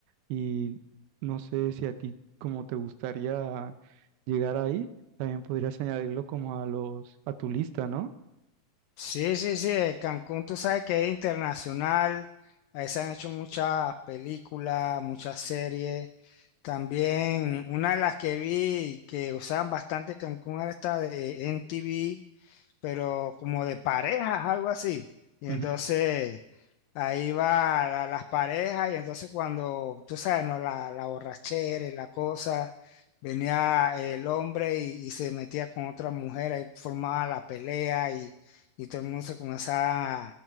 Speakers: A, on the right; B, on the left.
A: y no sé si a ti como te gustaría llegar ahí, también podrías añadirlo como a los a tu lista, ¿no?
B: Sí, sí, sí, eh, Cancún tú sabes que es internacional, ahí se han hecho muchas películas, muchas series. También una de las que vi que usaban bastante Cancún era esta de NTV, pero como de parejas, algo así. Y
A: Ujú.
B: entonces Ahí va la- las parejas y entonces cuando, tú sabes, ¿no? La, la borrachera y la cosa, venía el hombre y, y se metía con otra mujer, ahí formaba la pelea y, y todo el mundo se comenzaba